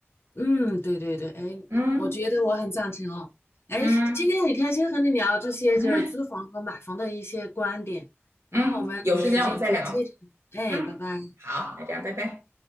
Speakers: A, on the left (about 60°); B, on the right (about 75°).
A: 嗯，对对对，哎，
B: 嗯
A: 我觉得我很赞成哦。哎，
B: 嗯，
A: 今天很开心和你聊这些，
B: 哎
A: 就是租房和买房的一些观点，然后我们有时间再接着聊。
B: 嗯，有时间我们再聊。
A: 哎，
B: 嗯，
A: 拜拜。
B: 好，那这样，拜拜。